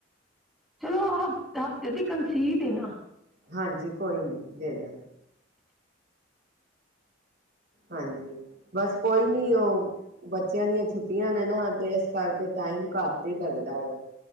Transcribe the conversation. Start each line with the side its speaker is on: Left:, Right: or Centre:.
Centre: ਚਲੋ ਹਫ਼ਤੇ ਦੀ ਤੱਕ ਸਿਣ ਦੇਣਾ।
Right: ਹਾਂਜੀ ਕੋਈ ਨੀ ਦੇ ਜਾਣਾ। ਹਾਂਜੀ ਬਸ ਕੋਈ ਨੀ ਉਹ ਬੱਚਿਆਂ ਦੀਆਂ ਛੁੱਟੀਆਂ ਨੇ ਨਾ ਤੇ ਇਸ ਕਰਕੇ ਟਾਈਮ ਘੱਟ ਹੀ ਲੱਗਦਾ ਵੇ।